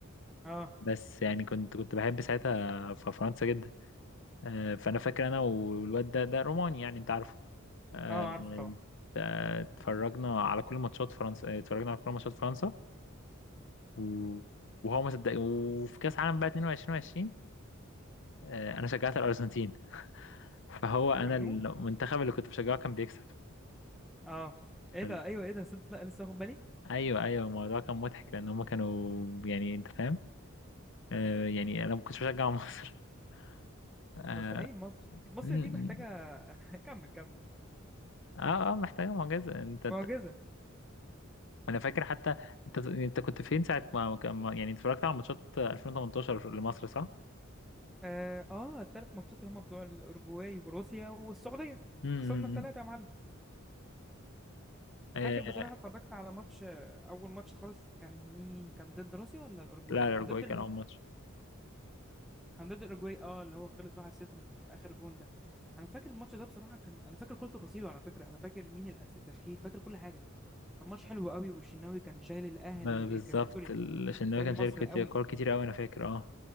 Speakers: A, in the centre; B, on the left (about 60°).
A: اه
B: بس يعني كنت كنت بحب ساعتها في فرنسا جدا آه، فانا فاكر انا والواد ده ده روماني يعني انت عارفه آه،
A: اه عارفه طبعا
B: آه، اتفرجنا على كل ماتشات فرنسا آه، اتفرجنا على كل ماتشات فرنسا و- وهو ما صدق وفي كاس عالم بقى 22 20 آه، انا شجعت الارجنتين <laughs> فهو
A: مجنون
B: انا المنتخب اللي كنت بشجعه كان بيكسب
A: اه ايه
B: فال...
A: ده ايوه ايه ده صدق لسه واخد بالي
B: ايوه ايوه الموضوع كان مضحك لان هم كانوا يعني انت فاهم آه، يعني انا ما كنتش بشجع مصر <laughs> اه
A: مستحيل مصر مصر
B: م-
A: دي محتاجه
B: م.
A: <laughs> كمل كمل
B: اه آه، محتاجه معجزه انت
A: معجزه
B: انا فاكر حتى انت انت كنت فين ساعه ما كان ما- يعني اتفرجت على ماتشات 2018 لمصر صح؟
A: اه اه الثلاث ماتشات اللي هم بتوع الاورجواي وروسيا والسعوديه
B: امم
A: خسرنا الثلاثه يا معلم
B: آه
A: فاكر بصراحه اتفرجت على ماتش آه، اول ماتش خالص كان مين كان ضد روسيا ولا الاورجواي
B: لا الأورجواي
A: كان ضد
B: كان أول ماتش
A: كان ضد اوروجواي اه اللي هو خلص 1-0 في اخر جون ده انا فاكر الماتش ده بصراحه كان انا فاكر كل تفاصيله على فكره انا فاكر مين الأس... التشكيل فاكر كل حاجه كان ماتش حلو قوي <laughs> والشناوي كان شايل الاهلي
B: ما بالظبط
A: آه، كان سوري
B: ال- الشناوي
A: شايل
B: كان
A: مصر
B: شارك
A: قوي
B: كتير كور كتير قوي أنا فاكر اه